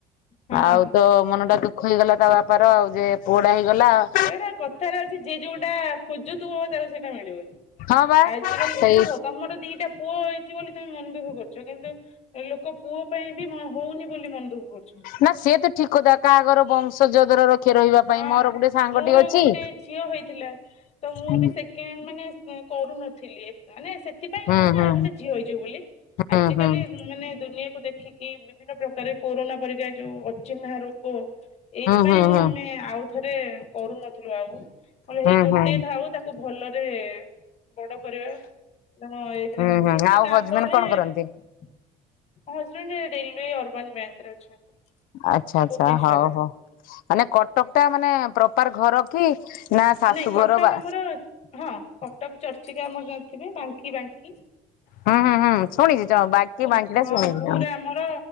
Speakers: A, on the left (about 45°); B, on the left (about 75°).
A: ହଁ
B: ଆଉ
A: ହଁ ହଁ
B: ତ ମନ ଟା ଦୁ ହେଇଗଲା ତା ବାପାର ଆଉ ଯେ ପୁଅ ଟା ହେଇଗଲା ଆଉ।
A: ସେ ଗୋଟା କଥାରେ ଅଛି ଯିଏ ଯୋଉଟା ଖୋଜୁଥୁବ ତାକୁ ସେଇଟା ମିଳିବନି।
B: ହଁ ବା
A: ଆଜିକାଲି
B: ସେଇ
A: ଏଇ ଦେଖ ତମର ଦିଟା ପୁଅ ହେଇଚି ବୋଲି ତମେ ମନ ଦୁଃଖ କରୁଚ କିନ୍ତୁ ଲୋକ ପୁଅ ପାଇଁ ବି ମ ହଉନି ବୋଲି ମନ ଦୁଃଖ କରୁ <unintelligible>
B: ନା ସେ ତ ଠିକ କଥା କହା ଘର ବଂଶ ଜଦର ର ଖିଏ ରହିବା ପାଇଁ
A: ହଁ
B: ମୋର ଗୋଟେ ସାଙ୍ଗଟି
A: ମୋର
B: ଅଛି।
A: ଗୋଟେ ଝିଅ ହେଇଥିଲା। ତ ମୁଁ
B: ହୁଁ
A: ବି ସେକେଣ୍ଡ ମାନେ ଅଁ କରୁନଥିଲି ମାନେ ସେଥିପାଇଁ
B: ହୁଁ
A: ନୁହଯେ
B: ହୁଁ
A: ଆଉ ଗୋଟେ ଝିଅ ହେଇଯିବ ବୋଲି।
B: ହୁଁ
A: ଆଜିକାଲି
B: ହୁଁ
A: ମାନେ ଦୁନିଆକୁ ଦେଖି କି ବିଭିନ୍ନ ପ୍ରକାର କୋରୋନା ପରି ଯେ ଯୋଉ ଅଚିହ୍ନା ରୋଗ ଏଇଥିପାଇଁ
B: ହୁଁ ହୁଁ
A: ମୁଁ
B: ହୁଁ
A: ନେ ଆଉଥରେ କରୁନଥିଲୁ ଆଉ କହିଲେ
B: ହୁଁ
A: ହେଇ ଗୋଟେ
B: ହୁଁ
A: ଥାଉ ତାକୁ ଭଲରେ ବଡ କରିବା ତଣ ଏଇଥିରେ
B: ହୁଁ ହୁଁ
A: କିନ୍ତୁ
B: ଆଉ
A: ତାପରେ
B: ହଜବେଣ୍ଡ କଣ କରନ୍ତି?
A: ମୋ ହଜବେଣ୍ଡ ରେଲୱେ ଅର୍ବାନ ବ୍ୟାଙ୍କ ରେ ଅଛନ୍ତି।
B: ଆଛା ଆଚ୍ଛା
A: ଭୁବନେଶ୍ୱରରେ।
B: ହଉ ହଉ ମାନେ କଟକ ଟା ମାନେ ପ୍ରପାର ଘର କି? ନା ଶାଶୁ
A: ନାଇଁ କଟକ
B: ଘର ବା
A: ଆମର ହଁ କଟକ ଚର୍ଚ୍ଚିକା ଆମର ଥିବେ ବାଙ୍କି ବାଙ୍କି
B: ହୁଁ ହୁଁ ହୁଁ ଶୁଣିଛି
A: ପା
B: ବାକି ବାଙ୍କି ଟା
A: ହଁ
B: ଶୁଣିଛି
A: ପୁରା ଆମର